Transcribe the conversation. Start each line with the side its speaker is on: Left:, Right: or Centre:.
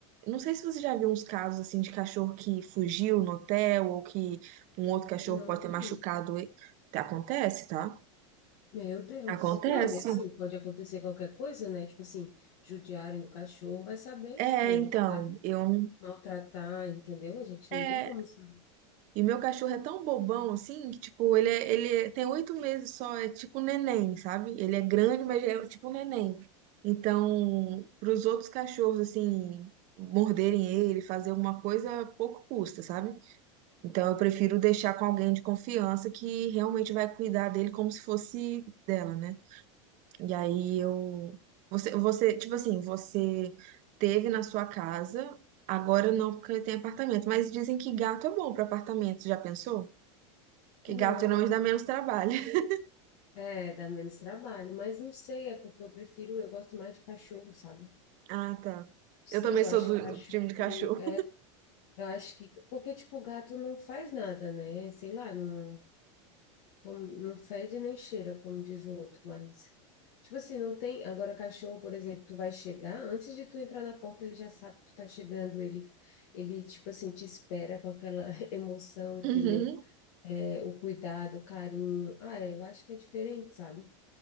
Right: Não sei se você já viu uns casos assim de cachorro que fugiu no hotel ou que um outro cachorro
Left: Não
Right: pode
Left: vi.
Right: ter machucado. ele. Acontece, tá?
Left: Meu Deus.
Right: Acontece.
Left: Não, e assim, pode acontecer qualquer coisa, né? Tipo assim, judiarem do cachorro, vai saber,
Right: É,
Left: tipo,
Right: então,
Left: sabe?
Right: eu.
Left: Maltratar, entendeu? A gente
Right: É,
Left: não tem como saber.
Right: e meu cachorro é tão bobão assim que, tipo, ele, é, ele é- tem oito meses só, é tipo um neném, sabe? Ele é grande, mas é tipo um neném. Então, para os outros cachorros, assim, morderem ele, fazer alguma coisa, pouco custa, sabe? Então, eu prefiro deixar com alguém de confiança que realmente vai cuidar dele como se fosse dela, né? E aí eu. Você, você, tipo assim, você teve na sua casa, agora não porque tem apartamento, mas dizem que gato é bom para apartamento, já pensou? Que
Left: Não,
Right: gato geralmente
Left: não
Right: dá menos trabalho. <laughs>
Left: É, dá menos trabalho, mas não sei, é porque eu prefiro, eu gosto mais de cachorro, sabe? Não
Right: Ah, tá.
Left: sei,
Right: Eu também
Left: eu
Right: sou
Left: acho
Right: do
Left: que cachorro
Right: time de cachorro.
Left: é, eu acho que, porque tipo, gato não faz nada, né? Sei lá, não, como- não fede nem cheira, como diz o outro, mas tipo assim, não tem, agora cachorro, por exemplo, tu vai chegar, antes de tu entrar na porta, ele já sabe que tu tá chegando, ele ele tipo assim te espera com aquela <laughs> emoção, entendeu?
Right: Uhum,
Left: É, o cuidado, o carinho. Ah, é, eu acho que é diferente, sabe?